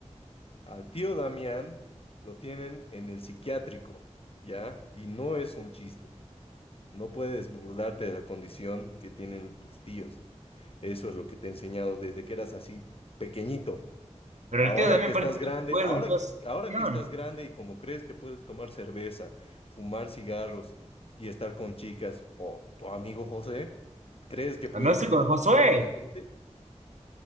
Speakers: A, on the left; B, on the right.
A: Al tío Damián lo tienen en el psiquiátrico, ¿ya? Y no es un chiste. No puedes burlarte de la condición que tienen tus tíos. Eso es lo que te he enseñado desde que eras así pequeñito.
B: Pero
A: Ahora
B: el tío Damián
A: que estás
B: parece que
A: grande,
B: no está
A: ahora
B: de en toda
A: que,
B: esa situación.
A: ahora que estás grande y como crees que puedes tomar cerveza, fumar cigarros y estar con chicas o tu amigo José, ¿crees que puedes
B: A no ser con el Josué.
A: burlarte de la gente?